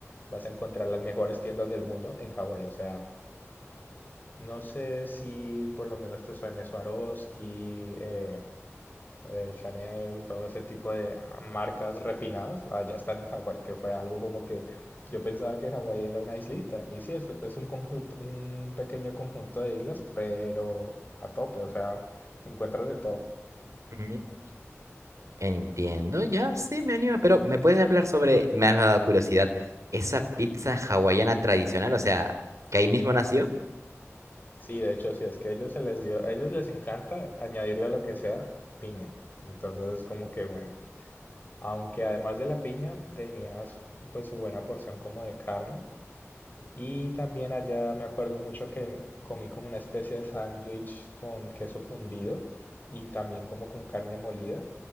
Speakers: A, on the left; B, on the right.
A: vas a encontrar las mejores tiendas del mundo en Hawái, o sea... No sé si por lo menos te suene Swarovski, eh, eh, Chanel, todo ese tipo de ah, marcas refinadas, allá están en Hawái, que fue algo como que yo pensaba que Hawái era una islita, y sí, es, es un conjunto, un pequeño conjunto de islas, pero a tope, o sea, encuentras de todo.
B: mm. Entiendo, ya, sí, me anima, pero ¿me puedes hablar sobre, me ha dado curiosidad, esa pizza hawaiana tradicional, o sea, que ahí mismo nació?
A: Sí, de hecho, sí, es que a ellos se les dio, a ellos les encanta añadirle lo que sea, piña. Entonces, como que bueno, aunque además de la piña tenías pues su buena porción como de carne, Y también allá me acuerdo mucho que comí como una especie de sándwich con queso fundido y también como con carne molida,